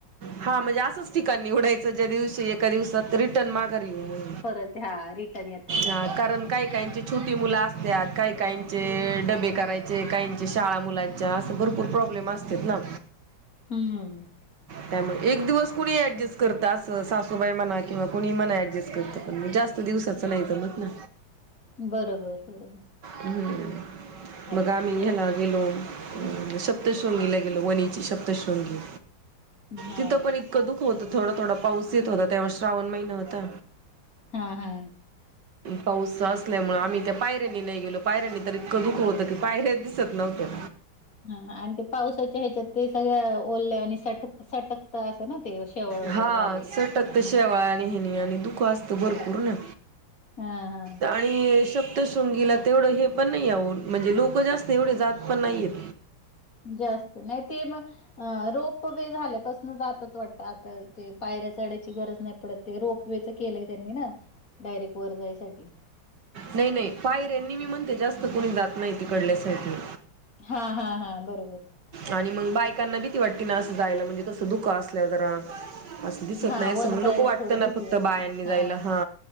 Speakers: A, on the right; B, on the left.
A: हा म्हणजे असंच ठिकाणी निवडायचं ज्या दिवशी एका दिवसात रिटर्न मागार येऊ म्हून
B: परत हा रिटर्न येता येईल असं.
A: हा.. कारण काही -काहीची छोटी मुलं असत्यात काही- काही चे.. डबे करायचे.. काहीचे शाळा मुलांच्या असं.. भरपूर प्रॉब्लेम असत ना.
B: हुम्म्म्म
A: त्यामुळे एक दिवस कुणी अऍडजस्ट करत अस सासूबाई म्हणा किंवा कुणी मणा ऍडजस्ट करतं पण जास्त दिवसाचं नाहीत जमत ना
B: बरोबर बरोबर
A: हुम्..
B: आहे.
A: मग आ आम्ही ह्याला गेलो, हु.. सप्तशृंगीला गेलो वणीची सप्तश्रृंगी
B: हा
A: तिथं पण इतकं धुक होतं थोडं -थोडा पाऊस येत होता तेव्हा श्रावण महिना होता
B: हा.. हा
A: पाऊसच असल्यामुळे आम्ही त्या पायऱ्यांनी नाही गेलो पायऱ्यांनी तर इतकं दुक होतं की पायऱ्या दिसत नव्हत्या.
B: हा आणि ते पावसाच्या ह्याच्यात ते सगळ्या ओल्या आणि सटक.. सटकता असं ना ते शेवळ वगैरे
A: हा
B: झालेलं असत
A: सटक
B: ना
A: तर शेवाळ आणि ह्यानी आणि दुख असतं भरपूर ना
B: हा.. हा.. हा
A: आणि शप्तशृंगीला तेवढं हे पण नाही आहो.. म्हणजे लोकं जास्त एवढे जात पण नाहीयेत.
B: जास्त नाही.. ते मग अ रोप वे झाल्यापासून जातात वाटतं आता ते पायऱ्या चडायची गरज नाही पडत ते रोप वेच केलंय त्यांनी ना डायरेक्ट वर जाय साठी
A: नाही नाही पायर्यानी मीनीमम ते जास्त कोणी जात नाही तिकडल्या साईटले
B: हा हा हा बरोबर
A: आणि मग बायकांना भीती वाटती ना असं जायला म्हणजे कसं धुकं असल्यावर जरा असं दिसत
B: हां,
A: नाही अस
B: वर
A: मग
B: जायला
A: नको वाटतं
B: थोडं
A: ना
B: भीती
A: फक्त
B: वाटते.
A: बायांनी जायला
B: हां,
A: हा